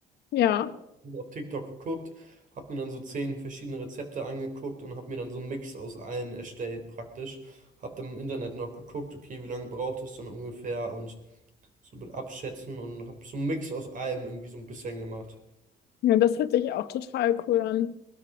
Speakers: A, on the left; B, on the right.
A: Ja,
B: Hab auf TikTok geguckt, habe mir dann so zehn verschiedene Rezepte angeguckt und habe mir dann so einen Mix aus allen erstellt praktisch. Habe dann im Internet noch geguckt, okay, wie lange braucht es dann ungefähr und so mit Abschätzen und habe so einen Mix aus allem irgendwie so ein bisschen gemacht.
A: ja, das hört sich auch total cool an.